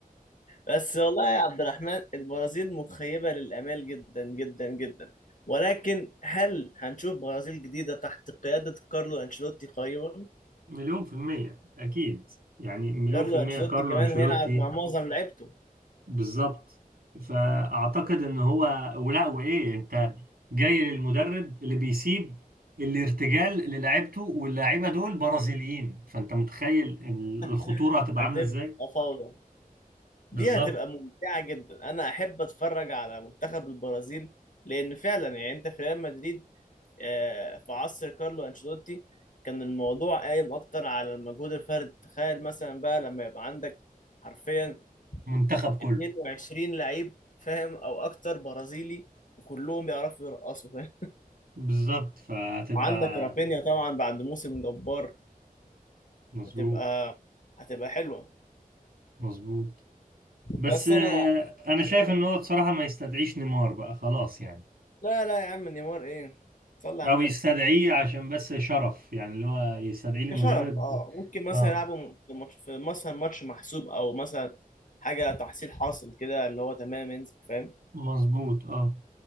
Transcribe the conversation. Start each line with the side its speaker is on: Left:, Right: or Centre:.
Left: بس والله يا عبد الرحمن البرازيل مخيبة للآمال جدا جدا جدا ولكن هل هنشوف برازيل جديدة تحت قيادة كارلو أنشيلوتي قريبا؟
Right: مليون في المية اكيد يعني مليون
Left: كارلو
Right: في المية
Left: أنشيلوتي
Right: كارلو
Left: كمان
Right: انشيلوتي
Left: هيلعب مع معظم لعيبته
Right: بالظبط فاعتقد ان هو ولا وايه انت جاي للمدرب اللي بيسيب الارتجال للاعيبته واللاعيبه دول برازيليين فانت متخيل إن الخطوره
Left: <laughs>
Right: هتبقى
Left: هتبقى
Right: عامله ازاي
Left: فوضى دي
Right: بالظبط
Left: هتبقى ممتعة جدا أنا أحب أتفرج على منتخب البرازيل لأن فعلا يعني أنت في ريال مدريد آه، في عصر كارلو أنشيلوتي كان الموضوع قايم أكتر على المجهود الفردي تخيل مثلا بقى لما يبقى عندك حرفيا
Right: منتخب كله
Left: 22 لعيب فاهم أو أكتر برازيلي وكلهم بيعرفوا يرقصوا فاهم
Right: بالظبط فهتبقى
Left: وعندك رافينيا طبعا بعد موسم جبار
Right: مظبوط
Left: هتبقى هتبقى حلوة
Right: مظبوط بس
Left: بس
Right: آه،
Left: أنا
Right: انا شايف
Left: أقول
Right: ان هو بصراحة ما يستدعيش نيمار بقى خلاص يعني
Left: لا لا يا عم نيمار إيه صلي على
Right: او
Left: النبي
Right: يستدعيه عشان بس شرف يعني اللي هو يستدعيه لمدرب
Left: كشرف اه ممكن مثلا
Right: اه
Left: يلعبوا في ماتش في مثلا ماتش محسوب او مثلا حاجه تحصيل حاصل كده اللي هو تمام ينزل فاهم
Right: مظبوط اه